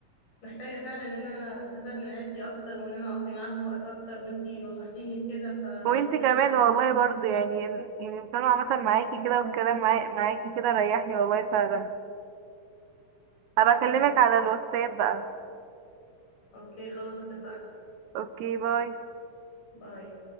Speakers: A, on the left (about 80°); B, on the right (about 70°).
A: محتاجه فعلا ان انا استفاد من عيلتي اكتر وان انا اقضي معاهم وقت اكتر وانتي نصحتيني بكده فشكرا
B: وانتي كمان والله برضو يعني يعني الكلام عامة معاكي كده والكلام معا- معاكي كده ريحني والله فعلا هبقى
A: انا
B: اكلمك
A: بجد
B: على الواتساب بقى
A: اوكي خلاص اتفقنا
B: اوكي باي
A: باي